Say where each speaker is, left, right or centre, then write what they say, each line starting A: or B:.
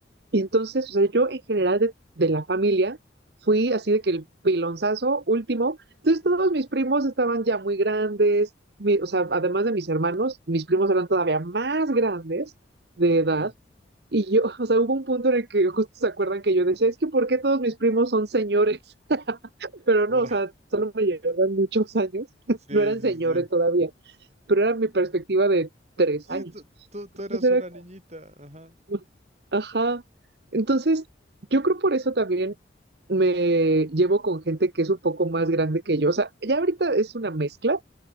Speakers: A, on the right (about 60°); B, on the right (about 35°).
A: Y entonces, o sea, yo en general de, de la familia fui así de que el pilonzazo último. Entonces todos mis primos estaban ya muy grandes, mi- o sea, además de mis hermanos, mis primos eran todavía más grandes de
B: Ok.
A: edad. Y yo, <laughs> o sea, hubo un punto en el que justo se acuerdan que yo decía, es que ¿por qué todos mis primos son señores? <laughs> Pero
B: Ahora.
A: no, o sea,
B: <laughs>
A: solo me llevaban muchos años, <laughs>
B: Sí,
A: no eran
B: sí,
A: señores
B: sí.
A: todavía, pero era mi perspectiva de tres
B: Sí,
A: años.
B: tú, tú, tú
A: Entonces
B: eras
A: era
B: una niñita. Ajá.
A: como, Ajá. Entonces, yo creo por eso también me llevo con gente que es un poco más grande que yo. O sea, ya ahorita es una mezcla,